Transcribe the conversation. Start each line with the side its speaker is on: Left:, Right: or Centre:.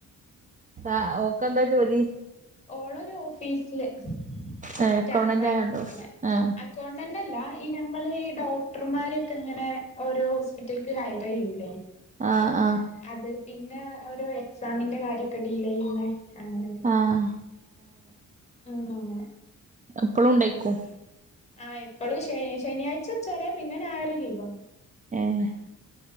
Right: ആഹ് ഓകെന്താ ജോലി
Left: ഓളരു ഓഫീസില്
Right: ഏഹ്
Left: സ്റ്റാഫയിട്ട്
Right: അക്കൗണ്ടന്റായോണ്ടോ
Left: അങ്ങനെ
Right: ആഹ്
Left: അക്കൗണ്ട ല്ല ഈ ഞ്മ്മൾ ഈ ഡോക്ടർമാരക്കെ ഇങ്ങനെ ഓരോ ഹോസ്പിറ്റലക്ക് ഹയറെയ്യൂലേ
Right: ആഹ് ആഹ്
Left: അത് പിന്നെ ഒരു എക്സാമിന്റെ കാര്യൊക്കെ ഡീല്ലെയ്യുന്നേ അങ്ങനൊരിത്
Right: ആഹ്
Left: <unintelligible> ങ്ങനെ
Right: എപ്പളും ഉണ്ടെക്കും
Left: ആഹ് എപ്പളും ശ ശനിയാ്ച ച്ചുച്ചറേ പിന്നെ ഞായറ് ലീവ
Right: ഏഹ്